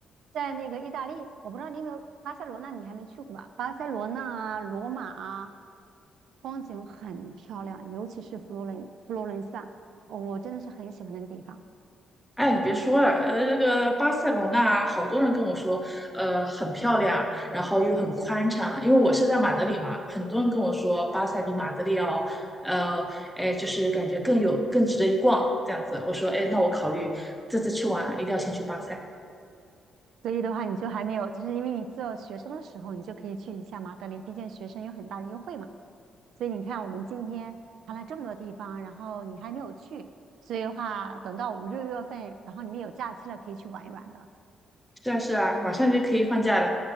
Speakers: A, on the right; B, in the centre.
A: 在那个意大利，我不知道你有没有巴塞罗那，你还没去过吧？巴塞罗那啊，罗马啊，风景很漂亮，尤其是佛罗伦佛罗伦萨，哦我真的是很喜欢那个地方。
B: 哎，你别说了，呃，那个巴塞罗那好多人跟我说，呃，很漂亮，然后又很宽敞，因为我是在马德里嘛，很多人跟我说巴塞比马德里要，呃，哎，就是感觉更有更值得一逛这样子。我说，哎，那我考虑这次去玩一定要先去巴塞。
A: 所以的话，你就还没有，就是因为你做学生的时候，你就可以去一下马德里，毕竟学生有很大的优惠嘛。所以你看，我们今天谈了这么多地方，然后你还没有去，所以的话，等到五六月份，然后你们有假期了，可以去玩一玩的。
B: 是啊，是啊，马上就可以放假了。